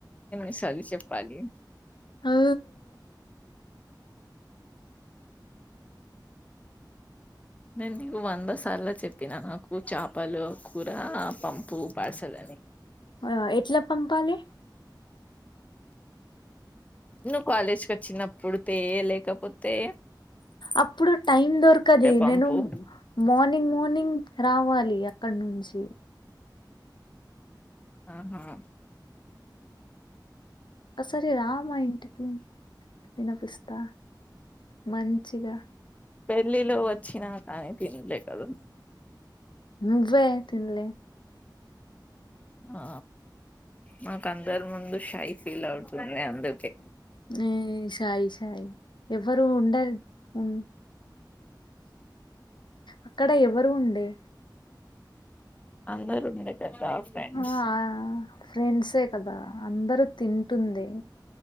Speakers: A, on the left (about 20°); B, on the left (about 80°).
A: <unintelligible> చెప్పలి
B: ఆ
A: నేను నీకు వంద సార్లు చెప్ ప్పిన నాకు చేపలు కూర పంపు పార్సల్ అని
B: అ ఎట్లా పంపాలే
A: నువ్ కాలేజ్కి వచ్చినప్పుడు తే లేకపోతే
B: అప్పుడు టైమ్ దొరకది
A: పంపు
B: నేను మార్నింగ్ మా ర్నింగ్ ర్రావాలి అక్కడ నుంచి
A: ఆహా
B: అ సరే రా మా ఇంటికి తినిపిస్తా మంచిగా
A: పెళ్లిలో వచ్చినా కానీ తిన్లేకాదు
B: నువ్వే తిన్లే
A: ఆ మాకు అందరి ముందు షై ఫీల్ అవుతుంది అందుకే
B: ని షై షై ఎవరు ఉండరు ఉ అక్కడ ఎవరు ఉండే
A: అందరూ ఉండే కదా ఫ్రెండ్స్
B: ఆ ఫ్రెండ్సే కదా అందరు తింటుంది